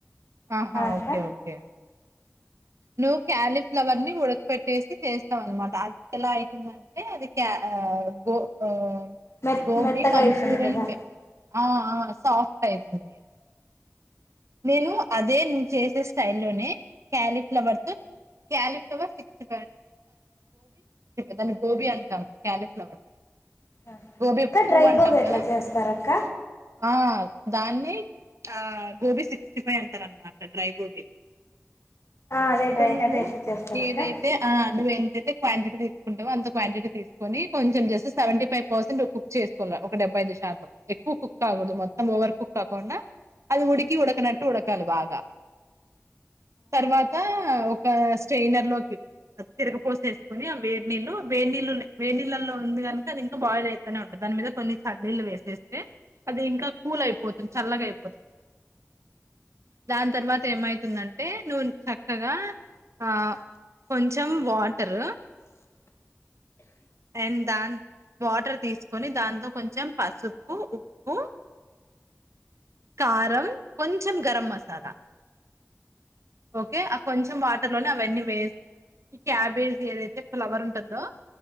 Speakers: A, on the right; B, on the left.
A: ఆహా
B: అక్క
A: ఓకే ఓకే నువ్వు క్యాలీఫ్లవర్ ని ఉడకపెట్టేసి చేస్తావు అనమాట అది ఎలా అయితుందం అంటే అది క్య ఆ గో ఒ
B: మె
A: గోబి
B: మెత్తగా
A: మంచూరియన్
B: అయితుంది కదా
A: ఆ ఆ సాఫ్ట్ అయితుంది నేను అదే నువ్వు చేసే స్టైల్ లోనే క్యాలీఫ్లవర్ తో క్యాలీఫ్లవర్ సిక్స్ దాన్ని గోబీ అంటాము కాలిఫ్లవర్ ని
B: అక్క
A: గోబీపువ్వు
B: డ్రై
A: అంటాం
B: గోబీ ఎట్లా
A: కదా
B: చేస్తారు అక్క
A: ఆ దాన్ని ఆ గోబి సిక్స్టీ ఫైవ్ అంటరన్నమాట డ్రై గోబీని
B: అదే
A: అక్క
B: డ్రై
A: నువ్వు
B: అదే ఎట్లా చేస్తారు
A: ఏదైతే
B: అక్క
A: ఆ నువ్వు ఎంతైతే క్వాంటిటీ తీసుకుంటావో అంత క్వాంటిటీ తీసుకొని కొంచెం జస్ట్ సెవెంటీ ఫైవ్ పర్సెంట్ చేసుకోళ్ళ ఒక డెబ్బై ఐదు శాతం ఎక్కువ కుక్ కాకూడదు మొత్తం ఓవర్ కుక్ కాకుండా అది ఉడికి ఉడకనట్టు ఉడకాలి బాగా తర్వాత ఒక స్టయినర్లోకి తిరగపోసేసుకొని ఆ వేడినీళ్లు వేడినీళ్లు వేడి నీళ్ళల్లో ఉంది గనుక అది ఇంకా బాయిల్ అయ్ ఉంటుంది దాని మీద కొన్ని చన్నీళ్ళు వేసేస్తే అది ఇంకా కూల్ అయిపోతుంది చల్లగా అయిపోతుం దాని తర్వాత ఏమైతుందంటే నువ్ చక్కగా ఆ కొంచెం వాటర్ అండ్ దాని వాటర్ తీసుకొని దాంతో కొంచెం పసుపు ఉప్పు కారం కొంచం గరం మసాలా ఓకే ఆ కొంచెం వాటర్ లోనే అవన్నీ వేసి ఈ క్యాబేజ్ ఏదైతే ఫ్లవర్ ఉంటదో